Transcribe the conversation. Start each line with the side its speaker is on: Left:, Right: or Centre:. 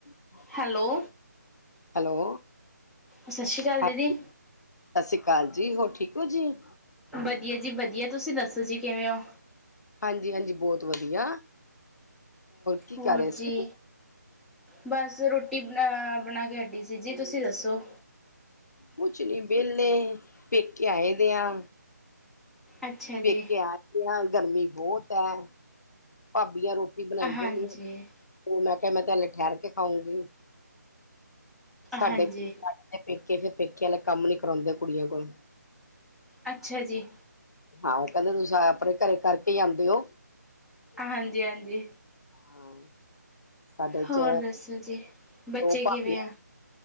Left: ਦ
Centre: ਹੈਲੋ।
Left: ਹੈਲੋ।
Centre: ਸਤਿ ਸ਼੍ਰੀ ਅਕਾਲ
Left: ਹਾਂ
Centre: ਦੀਦੀ।
Left: ਸਤਿ ਸ੍ਰੀ ਅਕਾਲ ਜੀ, ਹੋਰ ਠੀਕ ਹੋ ਜੀ?
Centre: ਵਧੀਆ ਜੀ ਵਧੀਆ। ਤੁਸੀਂ ਦੱਸੋ ਜੀ ਕਿਵੇਂ ਹੋ?
Left: ਹਾਂਜੀ-ਹਾਂਜੀ, ਬੋਤ ਵਧੀਆ। ਕੀ
Centre: ਹੋਰ
Left: ਕਰ ਰਹੇ ਸੀ
Centre: ਜੀ। ਬਸ, ਰੋਟੀ ਬਣਾ ਅ ਬਣਾ ਕੇ ਹਟੀ ਸੀ ਜੀ, ਤੁਸੀਂ ਦੱਸੋ।
Left: ਕੁਛ ਨੀ ਵੈਲੇ, ਪੇਕੇ ਆਏ ਦੇਆ।
Centre: ਅੱਛਾ ਜੀ
Left: ਪੇਕੇ ਆ ਗਏ ਆਂ, ਗਰਮੀ ਬੋਤ ਐ। ਭਾਬੀਆਂ ਰੋਟੀ ਬਣਾਈ
Centre: ਹਾਂਜੀ
Left: ਜਾਂਦੀਆਂ। ਮੈਂ ਕੇਆ, ਮੈਂ ਤੇ ਹੱਲੇ ਠਹਿਰ ਕੇ ਖਾਊਂਗੀ। ਸਾਡੇ
Centre: ਹਾਂਜੀ
Left: ਪੇਕੇ ਫੇਰ, ਪੇਕੇ ਵਾਲੇ ਕੰਮ ਨੀ ਕਰਾਉਂਦੇ ਕੁੜੀਆਂ ਕੋਲ।
Centre: ਅੱਛਾ ਜੀ।
Left: ਹਾਂ, ਓ ਕੈਂਦੇ ਤੁਸਾਂ ਆਪਣੇ ਘਰੇ ਕਰਕੇ ਈਂ ਆਉਂਦੇਓ।
Centre: ਹਾਂਜੀ-ਹਾਂਜੀ।
Left: ਹਾਂ ਸਾਡੇ ਚ
Centre: ਹੋਰ ਦੱਸੋ ਜੀ, ਬੱਚੇ
Left: ਦੋ
Centre: ਕਿਵੇਂ
Left: ਭਾਬੀਆਂ
Centre: ਆ?